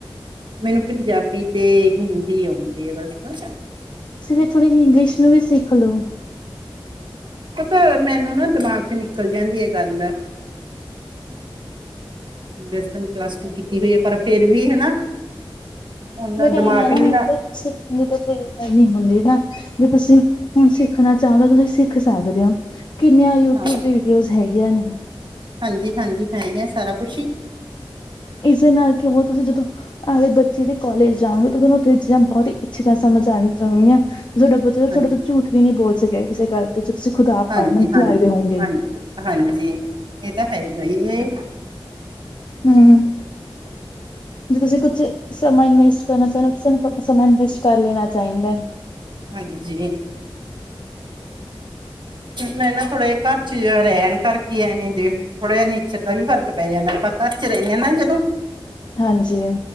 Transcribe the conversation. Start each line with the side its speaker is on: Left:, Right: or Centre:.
Right: ਮੈਨੂੰ ਪੰਜਾਬੀ ਤੇ ਹਿੰਦੀ ਆਉਂਦੀ ਆ ਬਸ
Left: ਸਿਰ ਥੋੜੀ ਜਿਹੀ ਇੰਗਲਿਸ਼ ਨੂੰ ਵੀ ਸਿੱਖ ਲੋ
Right: ਪਤਾ ਮੈਨੂੰ ਨਾ ਦਿਮਾਗ ਚ ਨਿਕਲ ਜਾਂਦੀ ਇਹ ਗੱਲ ਆ ਵੈਸੇ ਤਾਂ ਪਲੱਸ ਟੂ ਕੀਤੀ ਹੋਈ ਹੈ ਪਰ ਫੇਰ ਵੀ ਹਨਾ ਓਨਾ
Left: ਬਟ ਐਵੇਂ
Right: ਦਿਮਾਗ
Left: ਨਾ ਹੁਣ
Right: ਨੀ
Left: ਸਿੱਖਣ ਦੀ ਤਾਂ ਕੋਈ ਉਮਰ ਨਹੀਂ ਹੁੰਦੀ ਨਾ ਵੀ ਤੁਸੀਂ ਹੁਣ ਸਿੱਖ ਸਿਖਣਾ ਚਾਹੁੰਦਾ ਤੁਸੀਂ ਸਿੱਖ ਸਕਦੇ ਹੋ ਕਿੰਨੀਆਂ ਯੂਟਿਊਬ
Right: ਹਾਂ
Left: ਵੀਡੀਓ ਹੈਗੀਆਂ ਨੇ
Right: ਹਾਂਜੀ- ਹਾਂਜੀ ਹੈਗ ਸਾਰਾ ਕੁਛ ਹੀ
Left: ਇਸਦੇ ਨਾਲ ਕਿ ਉਹ ਤੁਸੀਂ ਜਦੋਂ ਆਵੇ ਬੱਚੇ ਦੇ ਕੋਲੇਜ ਜਾਓਗੇ ਤੁਾਨੂੰ ਉੱਥੇ ਚੀਜ਼ਾ ਬਹੁਤ ਇੱਛੇ ਦਾ ਸਮਝ ਆਉਣ ਜਾਗ ਤੁਹਾਡਾ ਬਚਾ ਤੁਹਾਡੇ
Right: ਹਾਂਜੀ
Left: ਤੋਂ ਝੂਠ ਕਦੀ ਵੀ ਨਹੀਂ ਬੋਲ ਸਕੇਗਾ ਕਿਸੇ ਗੱਲ ਤੇ ਤੁਸੀਂ ਖੁਦਾਬ
Right: ਹਾਂਜੀ
Left: ਪੜ੍ਹਨ ਤੇ
Right: ਹਾਂਜੀ
Left: ਲਾਏਦੇ ਹੋਗੇ
Right: ਹਾਂਜੀ ਹਾਂਜੀ, ਇਹ ਤਾਂ ਹੈ ਹੀਗਾ
Left: ਹਮ
Right: <inaudible>
Left: ਜੇ ਤੁਸੀਂ ਕੁਛ ਸਮਾਂ ਇਨਵੇਸਟ ਕਰਨਾ ਚਾਹੁੰਦੇ ਹੋ ਸਾਨੂੰ ਸਮਾਂ ਇਨਵੇਸਟ ਕਰ ਲੈਣਾ ਚਾਹੀਦਾ
Right: ਹਾਂਜੀ ਮੈਂ ਨਾ ਥੋੜਾ ਘਰ ਚ ਰਹਿਣ ਕਰਕੇ ਆਵੇਦੇ ਥੋੜ੍ਹਾ ਜਿਹਾ ਨੇਚਰ ਦਾ ਵੀ ਫ਼ਰਕ ਪੈ ਜਾਂਦਾ, ਆਪਾਂ ਘਰ ਚ ਰਹਿੰਦੇ ਹਾਂ ਨਾ ਜਦੋਂ
Left: ਹਾਂਜੀ